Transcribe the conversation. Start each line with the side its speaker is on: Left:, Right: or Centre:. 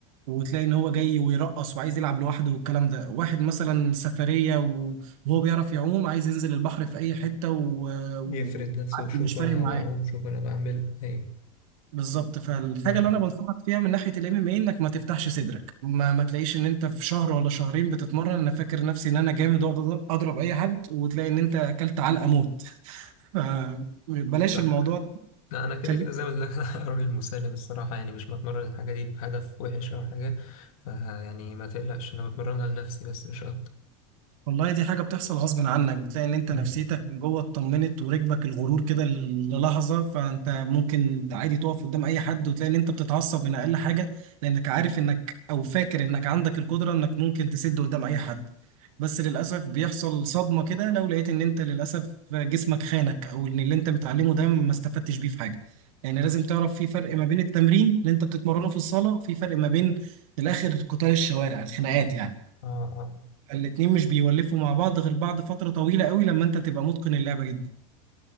Right: وتلاقي ان هو جاي ويرقص وعايز يلعب لوحده والكلام ده واحد مثلا سفريه وهو بيعرف يعوم عايز ينزل البحر في اي حته و- وعادي
Left: يفرد نفسه وشوف
Right: مش فارق
Left: انا
Right: معاه
Left: بعوم شوف انا بعمل ايوه
Right: بالظبط فالحاجه
Left: امم
Right: اللي انا بنصحك فيها من ناحيه الام ام اي انك ما تفتحش صدرك ما, ما تلاقيش ان انت في شهر ولا شهرين بتتمرن انا فاكر نفسي ان انا جامد واقدر اضرب اي حد وتلاقي ان انت اكلت علقه موت <laughs> فبلاش
Left: لا
Right: الموضوع ده.
Left: لا انا كده
Right: خليك
Left: كده زي ما قلت لك <laughs> انا راجل مسالم الصراحه يعني مش بتمرن الحاجه دي بهدف وحش او حاجه فيعني ما تقلقش انا بتمرنها لنفسي بس مش اكتر
Right: والله دي حاجة بتحصل غصب عنك بتلاقي ان انت
Left: امم
Right: نفسيتك من جوه اتطمنت وركبك الغرور كده ل- للحظة فانت ممكن عادي تقف قدام اي حد وتلاقي ان انت بتتعصب من اقل حاجة لانك عارف انك او فاكر انك عندك القدرة انك ممكن تسد قدام اي حد بس للأسف بيحصل صدمة كده لو لقيت ان انت للأسف جسمك خانك او ان اللي انت متعلمه ده ما استفدتش بيه في حاجة يعني لازم تعرف في فرق ما بين التمرين اللي انت بتتمرنه في الصالة وفي فرق ما بين الاخر قتال الشوارع الخناقات يعني
Left: اه اه
Right: الاتنين مش بيولفوا مع بعض غير بعد فترة طويلة قوي لما انت تبقى متقن اللعبة جدا